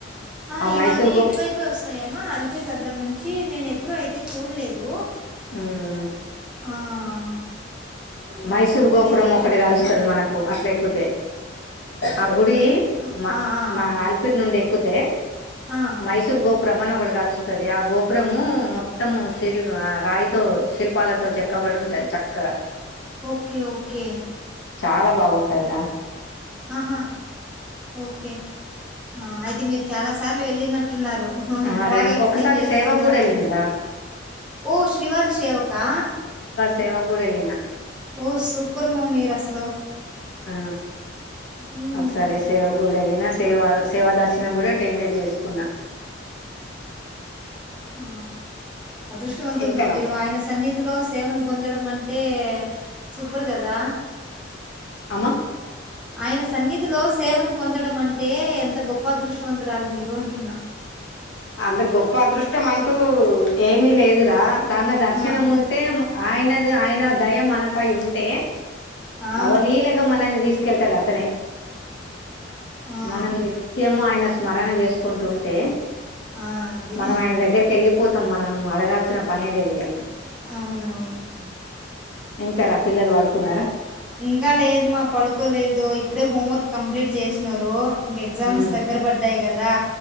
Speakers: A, in the centre; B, on the left.
A: ఆ
B: మైసూర్
A: ఇవన్నీ
B: గో
A: ఇటువైపే వస్తాయమ్మ అలిపిరి దగ్గర నుంచి నేను ఎప్పుడు అయితే చూలేదు
B: మ్మ్
A: ఆ ఆ
B: మైసూర్ గోపురం
A: చూసినాను
B: ఒకటి కలుస్తది మనకు అట్ల ఎక్కుతే ఆ గుడి
A: ఆ
B: మా
A: ఆ ఆ
B: మా
A: ఆ
B: అలిపిరి నుండి ఎక్కితే
A: ఆ,
B: మైసూర్ గోపురం మనం ఒకటి కలుస్తుంది. ఆ గోపురము మొత్తము శిల్ రాయితో శిల్పాలతో చెక్కబడి ఉంటది చక్ క్క
A: ఓకే ఓకే
B: చాలా బాగుంటది ర
A: ఆహా ఓకే ఆ అయితే మీరు చాలా సార్లు వెళ్ళినట్ న్నారు ఇంత
B: ఆ రె
A: బాగా ఎక్స్ప్లెయిన్
B: ఒకసారి
A: చేస్తున్నారు.
B: సేవకు కూడా వెళ్ళిండ్రా
A: ఓ శ్రీవారి సేవకా
B: సేవ్ గూడ ఎల్లినా
A: ఓ సూపర్ మమ్మీ, మీరు అసలు
B: ఆ
A: ఉమ్
B: ఒకసారి సేవా కూడా ఎల్లినా, సేవ సేవ దర్శనం కూడా టెన్ మినిట్స్ చేస్. ఉన్న
A: ఆ అదృష్టవంతులమ్మా
B: ఇంకారా
A: మీరు ఆయన సన్నిధిలో సేవను పొందడం అంటే సూపర్ కదా
B: అమ్మా
A: అయన సన్నిధి లో, సేవను పొందడము అంటే ఎంత గొప్ప అదృష్టవంతురాలు మీరు అంటున్నా.
B: అంత గొప్ప అదృష్టం అంటూ ఏమీ లేదు రా, తన దర్శనం
A: ఆ
B: ఉంటే మ్ ఆయనది ఆయన దయ మన పై ఉంటే.
A: ఆ
B: అవలీలగా మనల్ని తీసుకెళ్తాడు అతనే.
A: ఆ
B: మనం నిత్యం ఆయన స్మ స్మరణ చేసుకుంటుంటే
A: ఆ అది
B: మనం ఆయన దగ్గరికేళ్లిపోతే మొత్తం మనం అడగాల్సిన పని లేదు ఇగ
A: అవునవును
B: ఇంకా రా పిల్లలు పడు కున్నారా
A: ఇంకా లేదు మా పడుకోలేదు ఇప్పుడే హోంవర్క్ కంప్లీట్ చేసినరు ఇంకా ఎగ్జామ్స్
B: ఉమ్,
A: దగ్గర పడ్డాయి కదా